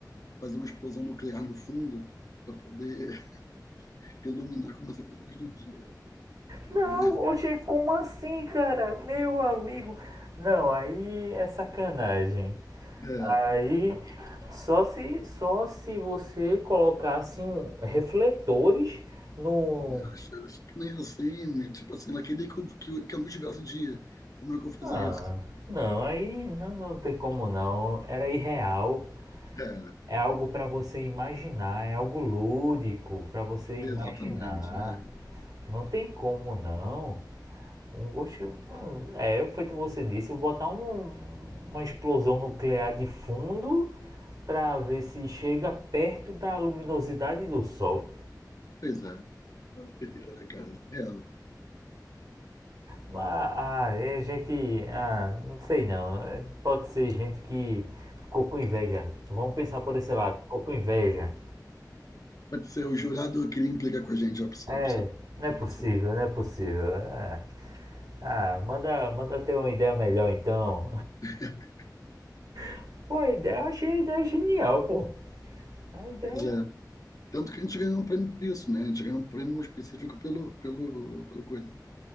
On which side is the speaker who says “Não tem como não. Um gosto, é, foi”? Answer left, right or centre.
Right